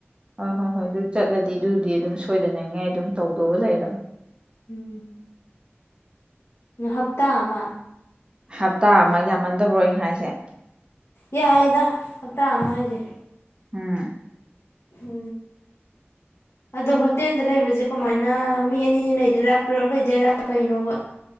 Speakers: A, on the right; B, on the left.
A: ꯍꯣꯏ ꯍꯣꯏ ꯍꯣꯏ ꯑꯗꯨ ꯆꯠꯂꯗꯤ ꯑꯗꯨꯗꯤ ꯑꯗꯨꯝ ꯁꯣꯏꯗꯅꯉꯥꯏ ꯑꯗꯨꯝ ꯇꯧꯗꯧꯕ ꯂꯩꯔꯕꯝꯅꯤ
B: ꯎꯝ ꯎ ꯍꯞꯇꯥ ꯑꯃ
A: ꯍꯞꯇꯥ ꯑꯃ ꯌꯥꯝꯃꯟꯗꯕꯔꯣꯏ ꯍꯥꯏꯁꯦ
B: ꯌꯥꯏꯗ ꯍꯞ ꯇꯃ ꯍꯥꯏꯖꯤꯦ
A: ꯎꯝ
B: ꯎ ꯑꯗꯣ ꯍꯣꯇꯦꯜꯗ ꯂꯩꯕꯁꯦ ꯀꯃꯥꯏꯅ ꯃꯤ ꯑꯅꯤꯅꯤ ꯂꯩꯗꯣꯏꯔꯥ ꯄꯨꯂꯞ ꯂꯩꯗꯣꯏꯔꯥ ꯀꯩꯅꯣꯕ